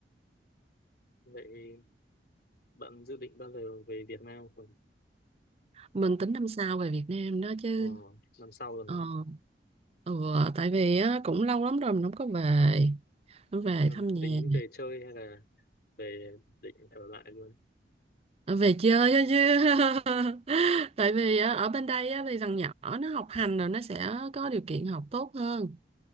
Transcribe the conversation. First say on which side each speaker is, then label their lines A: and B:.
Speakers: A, on the left; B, on the right.
A: vậy bạn dự định bao giờ về Việt Nam khoảng
B: mình tính năm sau về Việt Nam đó chứ
A: ờ, năm sau luôn
B: ờ
A: hả?
B: Ừ, tại vì á, cũng lâu lắm rồi mình không có về không về
A: Nhưng
B: thăm nhà
A: tính về chơi hay là về định ở lại luôn?
B: Ừ, về chơi á chứ <laughs> tại vì á, ở bên đây á, thì thằng nhỏ nó học hành rồi nó sẽ có điều kiện học tốt hơn